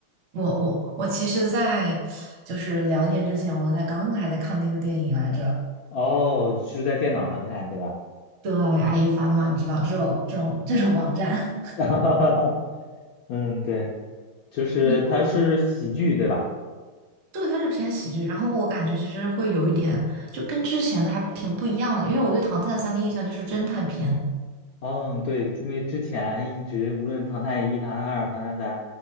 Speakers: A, on the right; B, on the left.
A: 我我我其实在，就是聊天之前，我在刚刚还在看那个电影来着。
B: 哦，是在电脑上看，对吧？
A: 对，爱一帆嘛，你知道这种这种这种网站，
B: <laughs> 嗯，对，就是它是喜剧，
A: <laughs> 你说
B: 对吧？
A: 对，它是偏喜剧。然后我感觉其实会有一点，就跟之前的还挺不一样的，因为我对《唐探三》的印象就是侦探片。
B: 嗯，对，因为之前一直无论《唐探一》《唐探二》《唐探三》